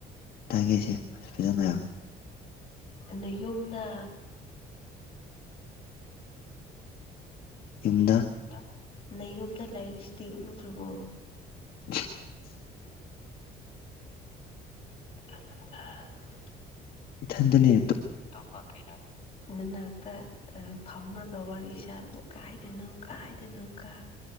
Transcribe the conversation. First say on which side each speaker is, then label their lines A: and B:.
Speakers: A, on the left; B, on the left.
A: ꯇꯥꯒꯦꯁꯦ ꯐꯖꯅꯥ ꯍꯥꯏꯑꫭ
B: ꯑꯗꯥ ꯌꯨꯝꯗ
A: ꯌꯨꯝꯗ
B: ꯗ ꯅꯌꯨꯝꯗ ꯂꯩꯔꯤꯁꯤꯗꯤ ꯎꯗ꯭ꯔꯥꯕꯣ꯫
A: <inaudible>
B: <inaudible>
A: ꯏꯊꯟꯗꯅꯦ
B: ꯇꯨꯝꯃꯥꯛꯀꯦ ꯅꯪꯒꯤ ꯅꯅꯥꯛꯇ ꯑ ꯐꯝꯔ ꯋꯥꯔꯤ ꯏꯁꯥꯔꯒ ꯀꯥꯏꯗꯅꯣ ꯀꯥꯏꯗꯅꯣ ꯀꯥ